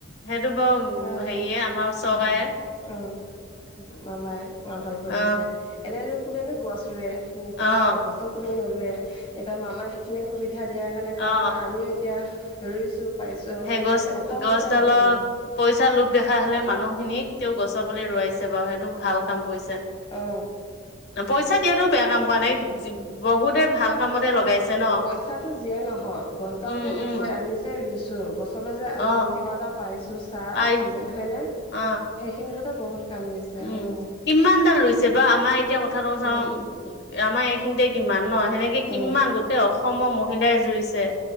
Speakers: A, on the left; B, on the left.
A: সেইটো বাৰু
B: অ
A: হেৰিয়ে আমাৰ চকায়ে-
B: হয় উম মামাই মা ভাল কৰিছে।
A: অ
B: এনেইনো কোনেনো গছ ৰুৱে সেনেকে
A: অ
B: হয় গছতো কোনোও নৰুৱে এতিয়া মামাই- খিনি সুবিধা দিয়াৰ কাণে
A: অ
B: কোৱাৰ কাৰণে আমিও এতিয়া ৰুইছোঁ। পাইছো
A: সেই
B: হয়
A: গছ
B: নে এতিয়া ওখ
A: গছডালৰ
B: হৈছে আৰু অঁ।
A: পইচা লোভ দেখা হলো মানুহখিনিক তেওঁ গছৰ পুলি ৰোৱাইছে বাৰু সেইটো ভাল কাম কৰিছে।
B: অ
A: পইচা দিয়াতটো বেয়া কাম কৰা নাই বহুতে ভাল- কামতে
B: নহ
A: লগাইছে ন
B: পইচাটো জিয়ে নহওক গছডাল
A: উম
B: যে দিছে
A: উম
B: আমি যে ৰুইছো গছ- চবে যে
A: অ
B: আমি যে কিবা এটা পাৰিছোঁছ- চাহ
A: পাই
B: অক্সিজেন হয় নে
A: অ
B: সেইখিনি হতে বহুত কাম দিছে
A: উম
B: উঁ।
A: কিমান দাল লৈছে বা আমাৰ এতিয়া কথাটো চাওঁ-
B: উম
A: আমা এইখিনিতে কিমান
B: উম
A: ন সেনেকে কিমান
B: উম
A: গোটেই অসমৰ মহিলাই জুৰিছে।